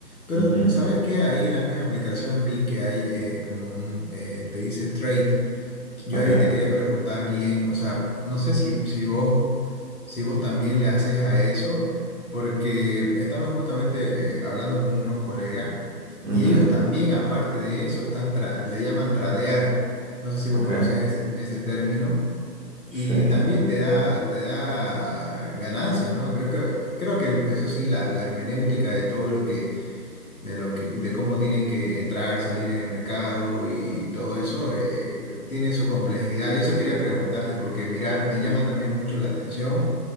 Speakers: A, on the left (about 60°); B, on the right (about 50°).
A: Pero,
B: Ujú,
A: ¿sabes qué? Ahí en la misma aplicación vi que hay eh, como un, eh, te dice trade. Yo
B: Ok.
A: ahí te quería preguntar bien, o sea, no sé si, si vos, si vos también le haces a eso, porque estaba justamente eh, hablando con unos colegas
B: ujú,
A: y ellos también, aparte de eso, están tra- le llaman tradear. No sé si vos
B: Ok.
A: conocés ese, ese término.
B: Sí.
A: Y también te da, te da ganancias, ¿no? Creo que, creo que el- eso sí, la, la hermenéutica de todo lo que de lo que, de cómo tienen que entrar, salir en el mercado y, y todo eso, eh, tiene su complejidad. Y eso quería preguntarte porque, mira, me llama también mucho la atención